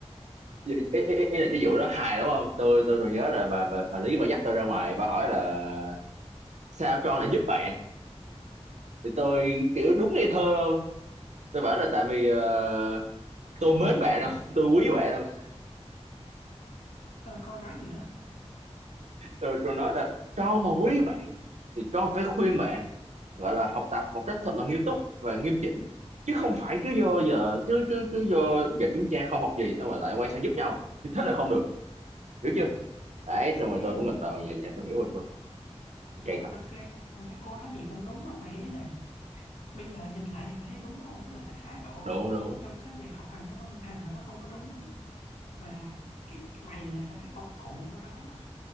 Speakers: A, on the right; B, on the left.
A: ý, ý, ý, ý là cái vụ đó hài đúng không tôi tôi còn nhớ là bà bà, bà Lý bà dắt tôi ra ngoài bà hỏi là sao Tron lại giúp bạn thì tôi kiểu đúng ngây thơ luôn tôi bảo là tại vì ờ, tôi mến bạn không tôi quý bạn không
B: rồi cô nói gì nữa
A: rồi tôi nói là cho mà quý bạn thì con phải khuyên bạn gọi là học tập một cách thật là nghiêm túc và nghiêm chỉnh chứ không phải cứ do giờ chứ chứ chứ do giờ chúng ta không học gì xong rồi lại quay sang giúp nhau thì thế là không được hiểu chưa đấy xong rồi
B: Nghe-
A: tôi cũng gật đầu dạ dạ tôi hiểu rồi tôi
B: nhưng
A: cây
B: mà
A: thật
B: thật ra thật ra cô nói gì cũng đúng mà mày ý là bây giờ nhìn lại thì mày thấy đúng đúng không tức là cái thái độ
A: đúng đúng
B: trong cái việc học hành nó của con Minh Hằng là nó không có đúng và cái mày lại là cái công cụ của nó